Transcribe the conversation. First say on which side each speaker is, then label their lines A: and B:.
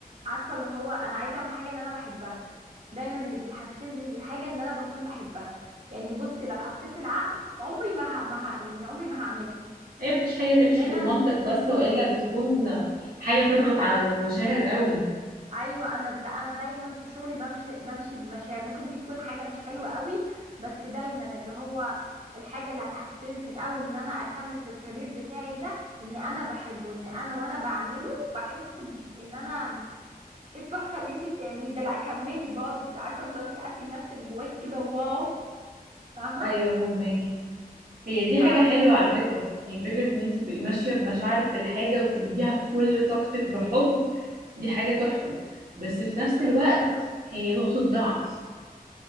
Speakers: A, on the right; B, on the right.
A: عارفه اللي هو انا عايزه اعمل حاجه اللي انا بحبها دايما اللي بيحفزني للحاجه ان انا بكون بحبها يعني بصي لو حطيت العقل عمري ما ه... ما ه... يعني عمري ما هعملها
B: ايه مفيش حاجة تمشي
A: دايما
B: بالمنطق بس والا بتكون حاجة تضغط على المشاعر قوي
A: ايوه انا لا انا دايما في شغلي بمشي بمشي بمشاعر ممكن دي تكون حاجه مش حلوه قوي بس دايما اللي هو الحاجه اللي هتحفزني قوي ان انا اكمل في الكارير بتاعي ده ان انا بحبه ان انا وانا بعمله بحس ب- ان انا ايه التحفه اللي انت بتعمليه ده لا كملي بقعد عارفه بتقعدي تسقفي لنفسك جواكي كده واو فاهمه
B: ايوه فهماكي هي دي
A: ف
B: حاجة حلوة على فكرة يعني فكرة ان انت تبقي ماشية بمشاعرك في الحاجة وبتديها كل طاقتك بحب دي حاجة تحفة بس في نفس الوقت
A: ايوه بالظبط
B: هي نقطة ضعف